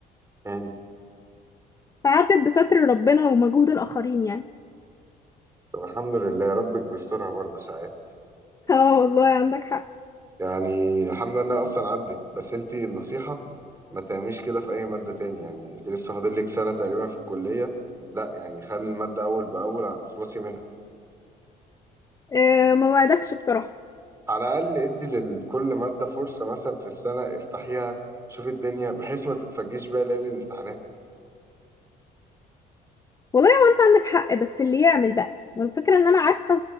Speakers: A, on the right; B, on the left.
A: مم.
B: فعدت بستر ربنا ومجهود الاخرين يعني
A: طب الحمد لله ربك بيسترها برضه ساعات
B: اه والله عندك حق
A: يعني الحمد لله انها اصلا عدت بس انت النصيحه ما تعمليش كده في اي ماده تاني يعني انت لسه فاضل لك سنه تقريبا في الكليه لا يعني خلي الماده اول باول واخلصي منها
B: اه، ما وعدكش بصراحة
A: على الأقل ادي لكل مادة فرصة مثلا في السنة افتحيها شوف الدنيا بحيث ما تتفاجئيش بيها ليالي الامتحانات
B: والله هو انت عندك حق بس اللي يعمل بقى والفكرة ان انا عارفة